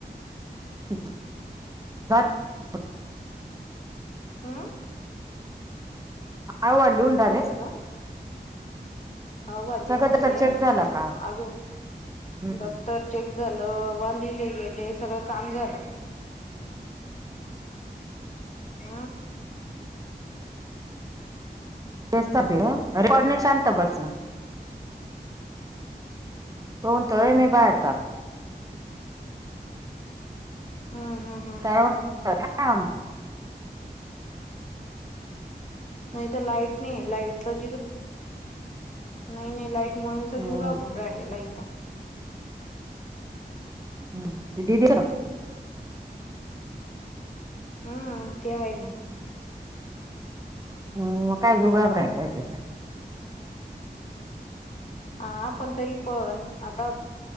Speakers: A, on the right; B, on the left.
A: <unintelligible>
B: ह.
A: अहवाल लिहून राहिलेस?
B: काय झालं अहवाल लिहून
A: सगळं
B: झाले
A: दप्तर चेक झाला का?
B: अजून
A: हम्म.
B: बघ तर चेक झालं, अहवाल लिहिले गेले सगळं काम झालं. आ.
A: रेकॉर्ड शांत बस ना.. तो म्हणतोय मी बाहेर जातो...
B: हम्म हम्म हम्म
A: तर मण
B: हम्म
A: ठम
B: नाही तर लाईट नाही लाईट पण नाही नाही लाईट.. म्हणून तर
A: हम
B: जीव घाबरून राहिलेला इथं...
A: हम दीदी...
B: हम्म ते आहे ना...
A: हम काय जीव घाबरायला तिथ....
B: हा पण तरी पण आता